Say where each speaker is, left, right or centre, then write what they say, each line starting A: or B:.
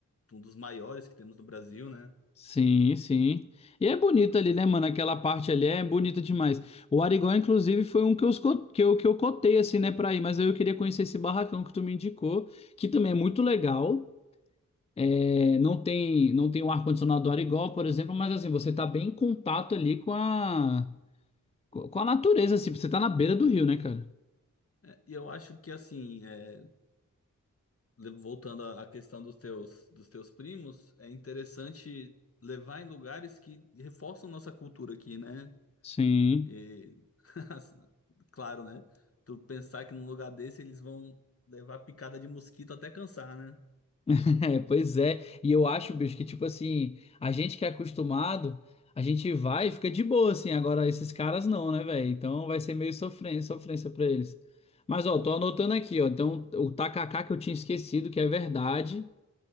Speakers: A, on the left; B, on the left.
A: um dos maiores que temos no Brasil, né?
B: Sim, sim. E é bonito ali, né, mano? Aquela parte ali é bonita demais. O Arigó, inclusive, foi um que eu, esco- que eu, que eu cotei, assim, né, pra ir. Mas eu queria conhecer esse barracão que tu me indicou, que também é muito legal. É, não tem não tem o ar-condicionado do Arigó, por exemplo, mas, assim, você tá bem em contato ali com a, com a natureza, assim. Você tá na beira do rio, né, cara?
A: É, e eu acho que assim, é, le- voltando à à questão dos teus, dos teus primos, é interessante levar em lugares que reforçam nossa cultura aqui, né?
B: Sim.
A: E, <laughs> assim, claro, né? Tu pensar que num lugar desse eles vão levar picada de mosquito até cansar, né?
B: <laughs> É, pois é, e eu acho, bicho, que tipo assim, a gente que é acostumado, a gente vai e fica de boa, assim, agora esses caras não, né, velho? Então vai ser meio sofrência, sofrência pra eles. Mas, ó, tô anotando aqui, ó, então o tacacá que eu tinha esquecido, que é verdade,